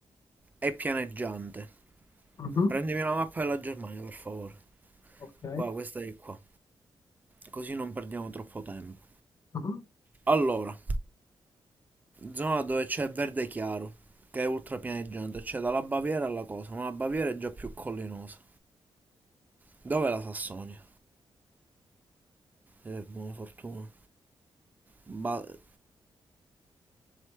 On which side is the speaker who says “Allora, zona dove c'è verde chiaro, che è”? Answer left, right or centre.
Right